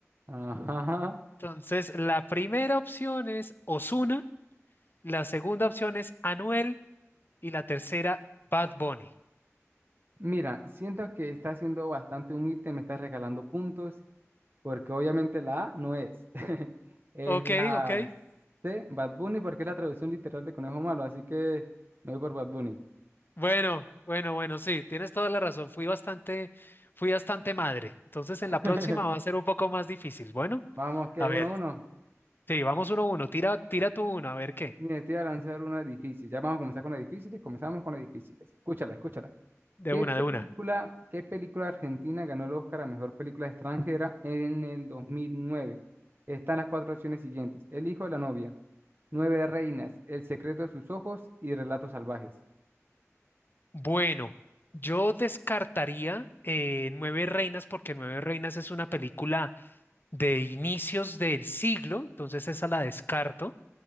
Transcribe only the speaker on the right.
Ajá.
Mira, siento que estás siendo bastante humilde, me estás regalando puntos. porque obviamente la A no es. <laughs> Es
la
C, Bad Bunny, porque es la traducción literal de Conejo Malo, así que me voy por Bad Bunny.
<laughs>
Vamos, que
uno,
a uno.
Mire, te voy a lanzar una difícil. Ya vamos a comenzar con las difíciles. Comenzamos con las difíciles. Escúchala, escúchala.
¿Qué
película,
qué película argentina ganó el Oscar a mejor película extranjera en el 2009? Están las cuatro opciones siguientes: El hijo de la novia, Nueve reinas, El secreto de sus ojos y Relatos salvajes.